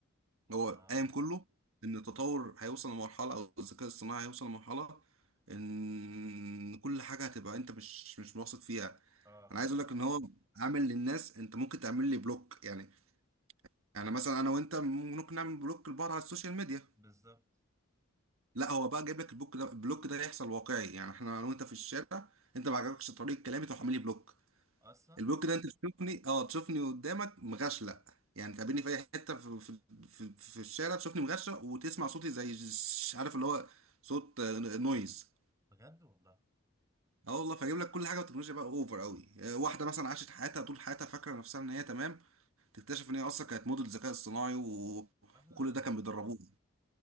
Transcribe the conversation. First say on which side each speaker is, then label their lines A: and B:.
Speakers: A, on the right; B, on the right.
A: هو
B: اه
A: قايم كله ان التطور هيوصل لمرحله او الذكاء الصناعي هيوصل لمرحله ان كل حاجه هتبقى انت مش مش واثق فيها
B: اه اه
A: انا عايز اقول
B: اه
A: لك ان هو
B: آه.
A: عامل للناس انت ممكن تعمل لي بلوك يعني يعني مثلا انا وانت ممكن نعمل بلوك لبعض على السوشيال ميديا
B: بالظبط
A: لا هو بقى جايب لك البلوك ده البلوك ده هيحصل واقعي يعني احنا انا وانت في الشارع انت ما عجبكش طريقه كلامي تروح عامل لي بلوك
B: اصلا
A: البوك ده انت تشوفني اه تشوفني قدامك مغشلق يعني تقابلني في اي حته في في في, في الشارع تشوفني مغشلق وتسمع صوتي زي ش- عارف اللي هو صوت آه، نويز
B: بجد والله
A: اه والله فاجيب لك كل حاجه بالتكنولوجيا بقى اوفر قوي آه، واحده مثلا عاشت حياتها طول حياتها فاكره نفسها ان هي تمام تكتشف ان هي اصلا كانت موديل ذكاء اصطناعي و...
B: لا لا لا
A: وكل ده كان
B: لا.
A: بيدربوه